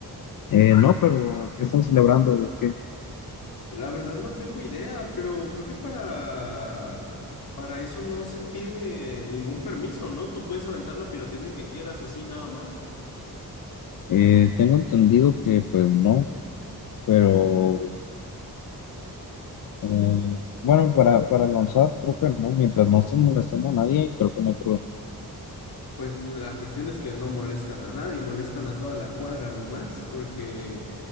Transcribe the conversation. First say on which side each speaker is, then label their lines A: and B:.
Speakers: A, on the left; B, on the left.
A: Eh, no, pero ¿qué están celebrando o qué?
B: La verdad no tengo idea, pero creo que para para eso no se pide ningún permiso, ¿no? Tú puedes aventar la pirotecnia que quieras así nada más.
A: Eh, tengo entendido que pues no, pero eh, bueno, para, para lanzar creo que no, mientras no estés molestando a nadie, creo que no hay problema.
B: Pues la cuestión es que no molestan a nadie, molestan a toda la cuadra nomás, porque,